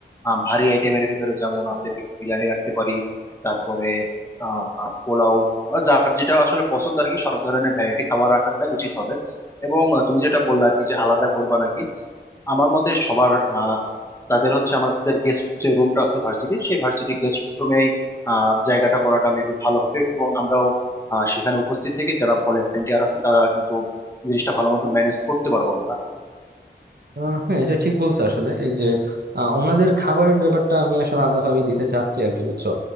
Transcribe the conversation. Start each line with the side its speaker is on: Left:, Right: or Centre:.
Left: আহ, ভারী আইটেমের ভিতরে যেমন আছে বিরিয়ানি রাখতে পারি তারপরে আহ পোলাও বা যার যেটা আসলে পছন্দ আর কি সব ধরনের ভ্যারাইটি খাবার রাখাটাই উচিত হবে এবং আহ, তুমি যেটা বললে আর কি যে আলাদা করবা নাকি আমার মতে সবার আহ, তাদের হচ্ছে আমাদের গেস্ট যে রুমটা আছে ভার্সিটি সেই ভার্সিটি গেস্ট রুমেই জায়গাটা করাটা মেবি ভালো হবে এবং আমরাও আহ, সেখানে উপস্থিত থেকে যারা ভলেন্টিয়ার আছে তারা কিন্তু জিনিসটা ভালো মতো ম্যানেজ করতে পারবো আমরা
Right: আহ, হ্যাঁ এটা ঠিক বলছো আসলে এই যে আহ, ওনাদের খাবারের ব্যাপারটা আমি আসলে আলাদাভাবে দিতে চাচ্ছি আর কি বুঝছো